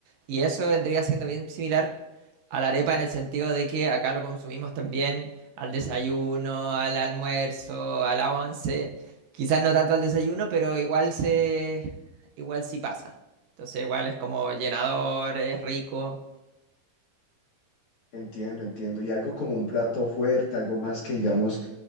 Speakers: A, on the right (about 70°); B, on the left (about 55°).
A: Y eso vendría siendo bien similar a la arepa en el sentido de que acá lo consumimos también al desayuno, al almuerzo, a la once, quizás no tanto al desayuno, pero igual se, igual sí pasa. Entonces igual es como llenador, es rico.
B: Entiendo, entiendo. Y algo como un plato fuerte, algo más que digamos